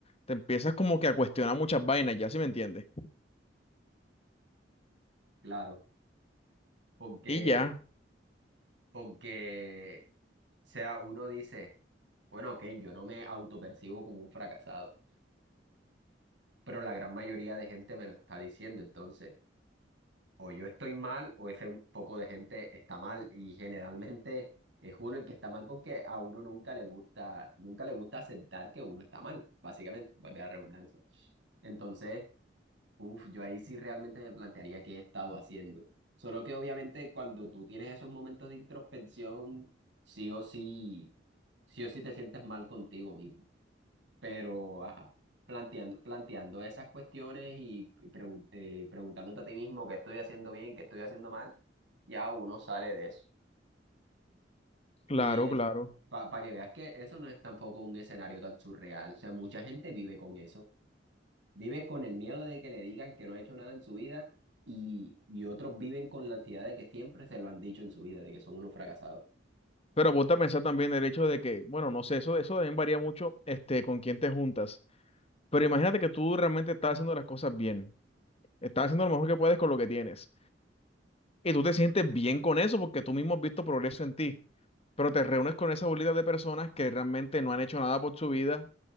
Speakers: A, on the left (about 35°); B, on the right (about 80°).
A: Te empiezas como que a cuestionar muchas vainas, ya si me entiendes.
B: Claro, porque,
A: Y ya,
B: porque, o sea, uno dice, bueno, ok, yo no me autopercibo como un fracasado, pero la gran mayoría de gente me lo está diciendo, entonces, o yo estoy mal o ese poco de gente está mal y generalmente es uno el que está mal porque a uno nunca le gusta, nunca le gusta aceptar que uno está mal, básicamente, valga la redundancia. Entonces... Uf, yo ahí sí realmente me plantearía qué he estado haciendo. Solo que obviamente cuando tú tienes esos momentos de introspección, sí o sí, sí o sí te sientes mal contigo mismo. Pero, ajá, planteando, planteando esas cuestiones y pregun- eh, preguntándote a ti mismo qué estoy haciendo bien, qué estoy haciendo mal, ya uno sale de eso.
A: claro,
B: Y
A: claro.
B: para que veas que eso no es tampoco un escenario tan surreal. O sea, mucha gente vive con eso. Vive con el miedo de que le digan que no ha hecho nada en su vida y, y otros viven con la ansiedad de que siempre se lo han dicho en su vida, de que son unos fracasados.
A: Pero ponte a pensar también el hecho de que, bueno, no sé, eso, eso también varía mucho este, con quién te juntas. Pero imagínate que tú realmente estás haciendo las cosas bien. Estás haciendo lo mejor que puedes con lo que tienes. Y tú te sientes bien con eso porque tú mismo has visto progreso en ti. Pero te reúnes con esa bolita de personas que realmente no han hecho nada por su vida